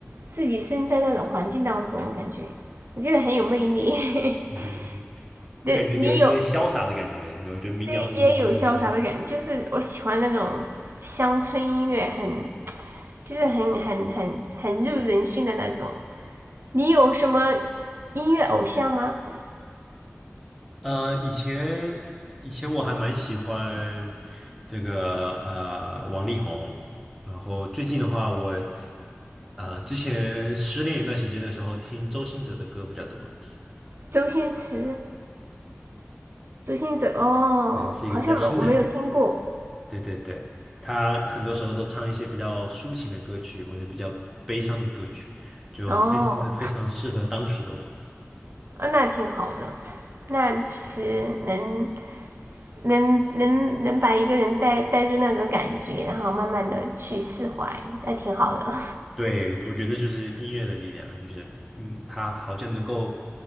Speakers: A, on the right (about 60°); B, in the centre.
A: 自己身在那种环境当中，感觉我觉得很有魅力。
B: 嗯哼，
A: <laughs> 对，
B: 就感觉有有点潇洒的感觉，
A: 你有，
B: 我觉得民谣有时候都很潇洒。
A: 这也有潇洒的感觉，就是我喜欢那种乡村音乐很，就是很很很很入人心的那种。你有什么音乐偶像吗？
B: 呃，以前以前我还蛮喜欢这个呃王力宏，然后最近的话我，呃之前失恋一段时间的时候，听周兴哲的歌比较多。
A: 周星驰、周星驰哦，
B: 对，是一个比较新的人。
A: 好像没我没有听过
B: 对对对，他很多时候都唱一些比较抒情的歌曲，或者比较悲伤的歌曲，就非常非常适合当时的我。
A: 哦，<laughs> 啊，那挺好的。那其实能能能能把一个人带带入那种感觉，然后慢慢的去释怀，那挺好的。
B: 对，我觉得就是音乐的力量，就是嗯，它好像能够